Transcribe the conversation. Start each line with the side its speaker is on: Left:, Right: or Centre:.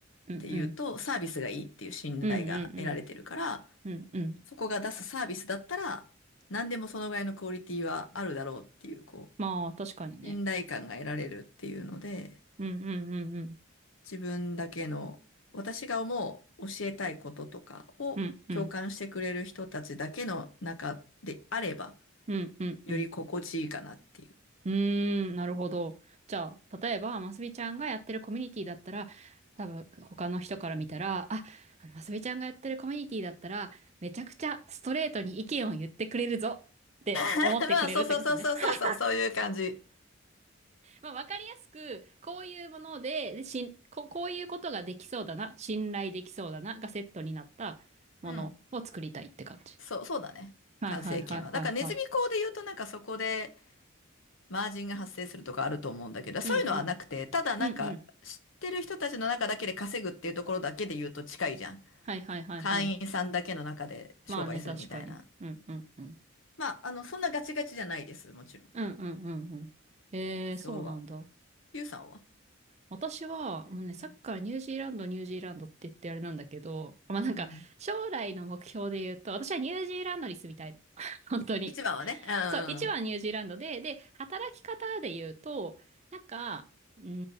Right: うんうん。
Left: ていうとサービスがいいっていう信頼が得られてるから、
Right: うんうんうん。うんうん。
Left: そこが出すサービスだったら何でもそのぐらいのクオリティはあるだろうっていう、こ
Right: まあ、確かにね。
Left: う、信頼感が得られるっていうので、
Right: うんうんうんうん。
Left: 自分だけの、私が思う教えたいこととかを共感してくれる人たちだけの中であれば、
Right: うんうん。うんうんうん。
Left: より心地いいかなっていう。
Right: うーん、なるほど。じゃあ、例えば、ますみちゃんがやってるコミュニティだったら、多分、他の人から見たら、あ、あのますみちゃんがやってるコミュニティだったら、めちゃくちゃストレートに意見を言ってくれるぞって思ってくれるってことね。
Left: <laughs> まあ、そうそうそうそうそうそう、
Right: <laughs>
Left: そういう感じ。
Right: まあ、わかりやすく、こういうもので、でしん、こ、こういうことができそうだな、信頼できそうだな、がセットになったものを作りたいって感じ。
Left: うん。そう、そうだね。
Right: はいはいはいはいは
Left: 完成形は。だからネズミ講で言うとなんかそこでマージンが発生するとかあると思うんだけど、そういうのはなくて、
Right: い。うんうん。
Left: ただなんか知ってる人たちの中だけで稼ぐっていうところだけで言うと近いじゃん。
Right: うんうん。はいはいはいはい。
Left: 会員さんだけの中で商売するみたいな。
Right: まあね、確かに。うんうんうん。
Left: まあ、あの、そんなガチガチじゃないです。もちろん。
Right: うんうんうんうん。えー、
Left: 理想は。
Right: そうなんだ。
Left: ゆうさんは
Right: 私は、もうね、さっきからニュージーランド、
Left: うん。
Right: ニュージーランドって言ってあれなんだけど、まあなんか、
Left: うん
Right: 将来の目標で言うと、私はニュージーランドに住みたいの。<laughs> 本当に。
Left: 一番はね。う
Right: そう、一番ニュージーランドで、
Left: ん。
Right: で、働き方で言うと、なんか、うー